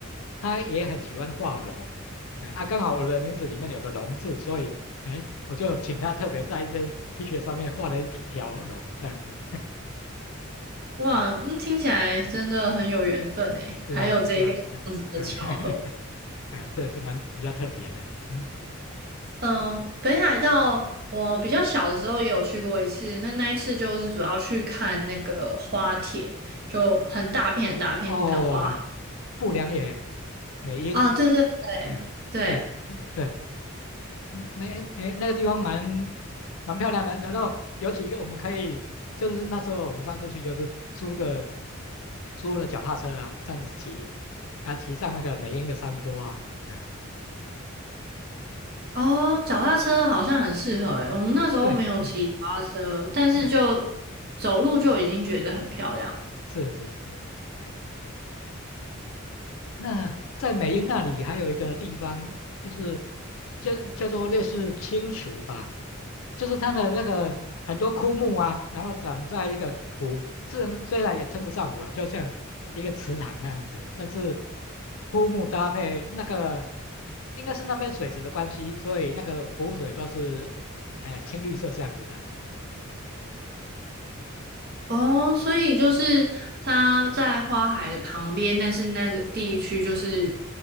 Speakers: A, on the left; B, on the right.
A: 他也很喜欢画龙，哎、啊，刚好我的名字里面有个龙字，所以哎，我就请他特别在一件 T 恤上面画了一一条龙这样子。
B: 哇，那听起来真的很有缘分诶，
A: 是啊，
B: 还有这个这样子的巧合。
A: 是啊，嗯，对，<laughs> 哎，这也是蛮比较特别的，嗯。
B: 嗯，北海道我比较小的时候也有去过一次，那那一次就是主要去看那个花田，就很大片很大片的花。
A: 哦，不良野美瑛，
B: 啊，对对对对，
A: 哎，对，对，哎对对对嗯，那哎那个地方蛮蛮漂亮的，然后有几个我们可以，就是那时候我们上次去就是租的租了脚踏车啊，这样子骑，啊骑上那个美瑛的山坡啊，哎，
B: 哦，脚踏车好像很适合诶，我们那时候没有骑脚踏车，
A: 对，嗯
B: 但是就
A: 嗯，
B: 走路就已经觉得很漂亮了。
A: 是是是，哎那在美英那里还有一个地方，就是叫叫做类似青池吧，就是它的那个很多枯木啊，然后长在一个湖，虽然虽然也称不上湖啊，就像一个池塘那样子，但是枯木搭配那个应该是那边水质的关系，所以那个湖水都是哎、呃青绿色这样子的。
B: 哦，所以就是它在花海的旁边，但是那个地区就是